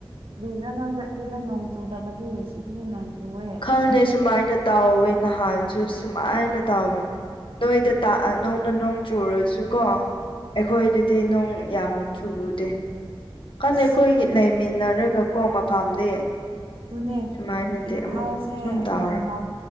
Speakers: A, on the right; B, on the left.
A: ꯀ꯭ꯔꯤꯒꯤꯔꯥ ꯅꯣꯏꯗ ꯑꯗꯨꯨꯗ ꯅꯣꯡ ꯆꯨꯗꯕꯗꯤ ꯁꯤꯗꯗꯤ ꯅꯣꯡ ꯆꯨꯋꯦ
B: ꯈꯪꯗꯦ ꯁꯨꯃꯥꯏꯅ ꯇꯥꯎꯋꯦ ꯅꯍꯥꯟꯁꯨ ꯁꯨꯃꯥꯏꯅ ꯇꯧꯕꯅꯦ ꯅꯣꯏꯗ ꯇꯥꯛ ꯅꯣꯡꯅ ꯅꯣꯡ ꯆꯨꯔꯁꯨꯀꯣ ꯑꯩꯈꯣꯏꯗꯗꯤ ꯅꯣꯡ ꯌꯥꯝꯅ ꯆꯨꯗꯦ ꯈꯪꯗꯦ
A: ꯑꯁ
B: ꯑꯩꯈꯣꯏ ꯂꯩꯃꯤꯟꯅꯔꯒꯀꯣ ꯃꯐꯝꯗꯤ
A: ꯑꯗꯨꯅꯦ
B: ꯁꯨꯃꯥꯏꯅꯗꯤ
A: ꯏꯝꯐꯥꯜꯁꯦ
B: ꯑꯃꯨꯛ ꯁꯨꯝ ꯇꯧꯔ
A: ꯅꯣꯡꯃ